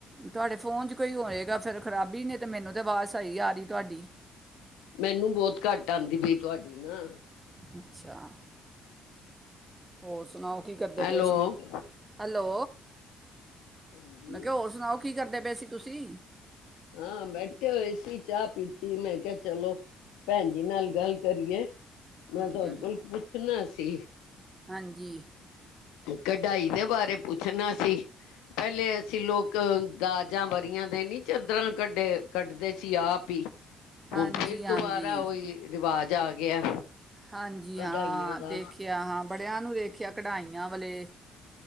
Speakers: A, on the right; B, on the left.
A: ਤੁਹਾਡੇ ਫੋਨ ਚ ਕੋਈ ਹੋਏਗਾ ਫੇਿਰ ਖਰਾਬੀ ਨੇ ਤੇ ਮੈਨੂੰ ਉਹਦੇਵਾਜ਼ ਆਈ ਆ ਰਹੀ ਤੁਹਾਡੀ
B: ਮੈਨੂੰ ਬਹੁਤ ਘੱਟ ਆਉਂਦੀ ਪਈ ਤੁਹਾਡੀ ਅ ਨਾ
A: ਅੱਛਾ, ਹੋਰ ਸੁਣਾਓ ਕੀ ਕਰਦੇ
B: ਹੈਲੋ
A: ਪਏ ਸੀ। ਹੈਲੋ
B: ਹਾਂਜੀ
A: ਮੈਂ ਕਿਹਾ ਹੋਰ ਸੁਣਾਓ ਕੀ ਕਰਦੇ ਪਏ ਸੀ ਤੁਸੀ
B: ਹਾਂ ਬੈਠੇ ਹੋਏ ਸੀ ਚਾਹ ਪੀਤੀ ਮੈਂ ਕਿਹਾ ਚਲੋ ਭੈਣਜੀ ਨਾਲ ਗੱਲ ਕਰੀਏ ਮੈਂ
A: ਵਧੀਆ
B: ਤੁਹਾਡੇ
A: ਕੀ
B: ਕੋਲ ਪੁੱਛਣਾ ਸੀ। ਸੀ
A: ਹਾਂਜੀ
B: ਕਢਾਈ ਦੇ ਬਾਰੇ ਪੁੱਛਣਾ ਸੀ। ਪਹਿਲੇ ਅਸੀ ਲੋਕ ਦਾਜਾਂ ਵਰੀਆਂ ਦੇ ਨੀ ਚਾਦਰਾਂ ਕੱਢੇ ਕੱਢਦੇ ਸੀ ਆਪ ਹੀ
A: ਹਾਂਜੀ
B: ਹੁਣ ਫੇਰ
A: ਹਾਂਜੀ
B: ਦੁਬਾਰਾ ਉਹੀ ਰਿਵਾਜ ਜਾ ਗਿਆ
A: ਹਾਂਜੀ
B: ਕਢਾਈਆਂ
A: ਹਾਂ
B: ਦਾ
A: ਦੇਖਿਆ ਹਾਂ ਬੜਿਆਂ ਨੂੰ ਵੇਖਿਆ ਕਢਾਈਆਂ ਵਾਲੇ